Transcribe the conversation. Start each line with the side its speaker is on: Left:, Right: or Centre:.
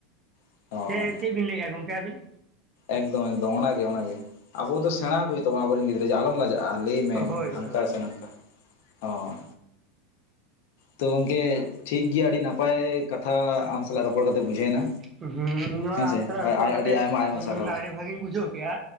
Left: ᱛᱟᱠᱚᱣᱟ᱾
Right: ᱥᱮ
Left: ᱦᱳᱭ
Right: ᱪᱮᱫ ᱵᱤᱱ ᱞᱟᱹᱭᱮᱫᱼᱟ ᱜᱚᱢᱠᱮ ᱟᱹᱵᱤᱱ?
Left: ᱮᱠᱫᱚᱢ ᱮᱠᱫᱚᱢ ᱚᱱᱟᱜᱮ ᱚᱱᱟᱜᱮ ᱟᱵᱚ ᱫᱚ ᱥᱮᱬᱟ ᱟᱠᱚ ᱦᱩᱭᱩᱜ ᱛᱟᱵᱚᱱᱟ ᱟᱵᱚᱨᱮᱱ ᱜᱤᱫᱽᱨᱟᱹ ᱡᱮ ᱟᱞᱚᱢ ᱞᱟᱡᱟᱜᱼᱟ ᱞᱟᱹᱭ ᱢᱮ
Right: ᱦᱳᱭ ᱦᱳᱭ ᱦᱳᱭ
Left: ᱦᱟᱱᱠᱟ
Right: ᱦᱳᱭ
Left: ᱥᱮ ᱱᱚᱝᱠᱟ, ᱦᱚᱸ ᱛᱚ ᱜᱚᱝᱠᱮ ᱴᱷᱤᱠ ᱜᱮᱭᱟ ᱟᱹᱰᱤ ᱱᱟᱯᱟᱭ ᱠᱟᱛᱷᱟ ᱟᱢ ᱥᱟᱞᱟᱜ ᱨᱚᱯᱚᱲ ᱠᱟᱛᱮ ᱵᱩᱡᱷᱟᱹᱣ ᱮᱱᱟ
Right: ᱦᱩᱸ ᱤᱧ ᱦᱚᱸ
Left: ᱦᱮᱸᱥᱮ
Right: ᱟᱢ ᱥᱟᱞᱟᱜ
Left: ᱟᱹᱰᱤ
Right: ᱨᱚᱯᱚᱲ ᱠᱟᱛᱮ
Left: ᱟᱭᱢᱟ ᱟᱭᱢᱟ ᱥᱟᱨᱦᱟᱣ
Right: ᱩ ᱟᱹᱰᱤ ᱵᱷᱟᱹᱜᱤᱧ ᱵᱩᱡᱷᱟᱹᱣ ᱠᱮᱫᱼᱟ